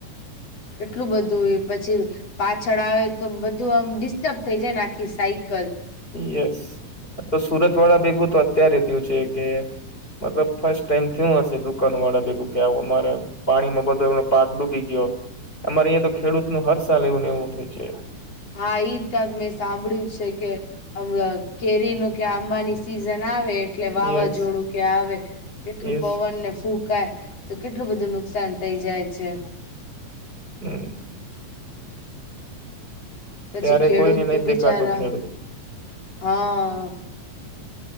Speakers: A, on the left (about 50°); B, on the left (about 15°).
A: કેટલું બધું એ પછી પાછળ આવે તો બધું આમ ડિસ્ટર્બ થઈ જાય ને આખી સાઈકલ.
B: યસ. આતો સુરતવાળા ભેગું તો અત્યારે થયું છે કે મતલબ ફર્સ્ટ ટાઈમ થયું હશે દુકાનુંવાળા ભેગું કે આવું અમારા પાણીમાં બધો એનો પાક ડૂબી ગયો. અમારે અહીંયા તો ખેડૂતનું હર સાલ એવું ને એવું થયું છે.
A: હા ઈજ કાક મેં સાંભળ્યું છે કે અવ કેરીનો કે આંબાની સિઝન આવે એટલે વાવાઝોડું
B: યસ
A: કે આવે, કેટલું
B: યસ
A: પવનને ફૂંકાય. તો કેટલું બધું નુકસાન થઇ જાય છે.
B: હમ
A: પછી
B: ત્યારે
A: ખેડૂત
B: કોઈને નહી
A: તો બિચારા
B: દેખાતો ખેડૂત
A: હહ